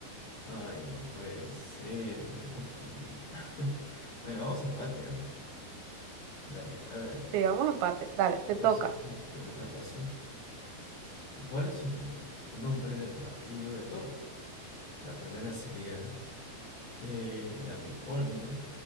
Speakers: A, on the left; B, on the right.
A: Ay, no puede ser, me confundí. <laughs> Bueno, vamos a empate, ¿ah? Dale, a ver.
B: Sí, vamos a empate. Dale,
A: Te
B: te
A: voy
B: toca.
A: a hacer una pregunta fácil. ¿Cuál es el nombre del martillo de Thor? La primera sería eh, la Mjolnir.